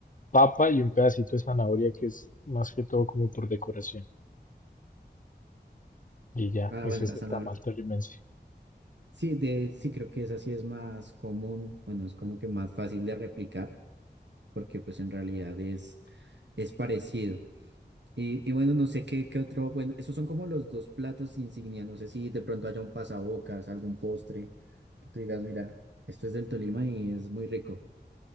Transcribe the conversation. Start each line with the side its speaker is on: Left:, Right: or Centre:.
Left: papa y un pedacito de zanahoria que es más que todo como por decoración. Y ya,
Right: Ah,
Left: ese
Right: bueno,
Left: es
Right: la
Left: el
Right: zanahoria.
Left: tamal tolimense.
Right: Sí, de, sí, creo que esa sí es más común. Bueno, es como que más fácil de replicar. porque pues en realidad es, es parecido. Y, y bueno, no sé qué, qué otro, bueno, esos son como los dos platos insignia, no sé si de pronto haya un pasabocas, algún postre, que tú digas, mira, esto es del Tolima y es muy rico.